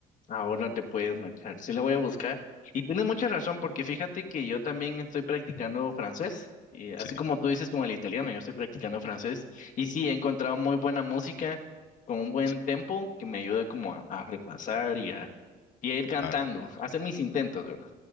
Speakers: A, on the left; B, on the left.
A: Ahora te puedes marchar. Sí, le voy a buscar. Y tienes mucha razón, porque fíjate que yo también estoy practicando francés. Y así
B: Sí,
A: como tú dices con el italiano, yo estoy practicando francés. Y sí, he encontrado muy buena música con un buen
B: sí,
A: tempo que me ayuda como a, a repasar y a, y a ir cantando,
B: claro,
A: a hacer mis intentos, ¿verdad?